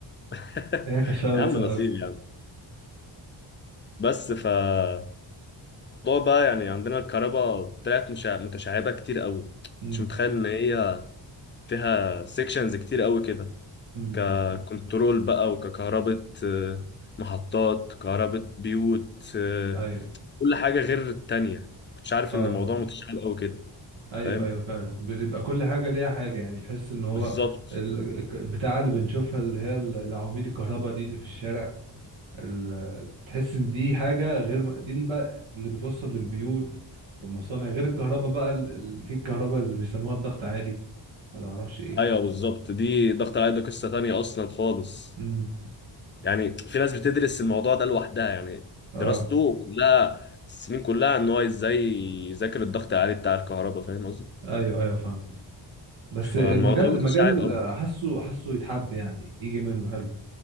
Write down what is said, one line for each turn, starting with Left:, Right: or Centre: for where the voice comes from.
Left: <laughs>
Right: <laughs> هي كانت في اول
Left: يا عم
Right: سنة
Left: نصيب
Right: بس
Left: يا عم بس فالموضوع بقى يعني عندنا الكهرباء طلعت مشع- متشعبة كتير قوي
Right: امم
Left: كنتش متخيل ان هي فيها سيكشنز كتير قوي كده
Right: امم
Left: ككنترول بقى وككهرباء آه، محطات كهرباء بيوت آه،
Right: ايوه
Left: كل حاجة غير التانية كنتش عارف
Right: اه
Left: ان الموضوع متشعب قوي كده
Right: ايوه
Left: فاهم
Right: ايوه فعلا بيبقى كل حاجه ليها حاجه يعني تحس ان هو
Left: بالظبط
Right: ال- الك- بتاع اللي بنشوفها اللي هي ال- العواميد الكهرباء دي اللي في الشارع ال- بتحس ان دي حاجه غير م- دي اللي بقى اللي بتوصل للبيوت والمصانع غير الكهرباء بقى ال- ال- في الكهرباء اللي بيسموها الضغط عالي ولا معرفش ايه
Left: ايوه بالظبط دي ضغط العيد ده قصة تانية اصلا خالص
Right: امم
Left: يعني في ناس بتدرس الموضوع ده لوحدها يعني
Right: اه
Left: دراسته كلها السنين كلها ان هو ازاي يذاكر الضغط العالي بتاع الكهرباء فاهم قصدي
Right: ايوه ايوه فاهم بس
Left: فالموضوع
Right: المجال
Left: متشعب
Right: المجال
Left: قوي
Right: حاسه حاسه يتحب يعني يجي منه حلو